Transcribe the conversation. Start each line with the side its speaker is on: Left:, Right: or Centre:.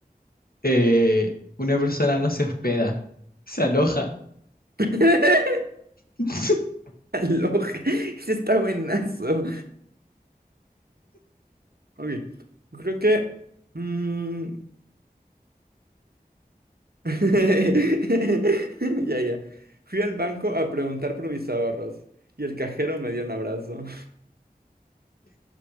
Left: eh, una persona no se hospeda, se aloja.
Right: <laughs>
Left: <laughs>
Right: Aloha. Ese está buenazo. Ok. yo Creo que. mm, <laughs> Ya, ya. Fui al banco a preguntar por mis ahorros. Y el cajero me dio un abrazo.